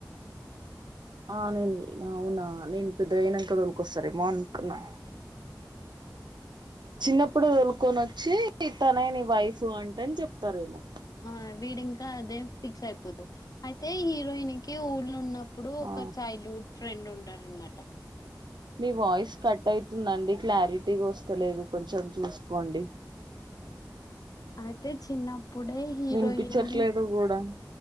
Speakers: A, on the right (about 75°); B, on the left (about 55°).
A: ఆ నేను అవునా నేను పెద్దగా అయినంక తోలుకొస్తారేమో అనుకున్నా
B: మ్
A: చిన్నప్పుడు తోలుకొని వచ్చి తనని వైఫ్ అంట అని చెప్తారేమో
B: ఆహ్ వీడి ఇంకా అదే ఫిక్స్ అయిపోతడు అయితే హీరోయిన్ కి ఊళ్ళ ఉన్న ఇప్పుడు ఒక
A: ఆ
B: చైల్డ్ హుడ్ ఫ్రెండ్ ఉంటాడు అన్నమాట
A: మీ వాయిస్ కట్ అవుతుందండి క్లారిటీగా వస్తలేదు కొంచెం చూసుకోండి
B: అయితే చిన్నప్పుడే హీరోయిన్ని
A: వినిపించట్లేదు కూడా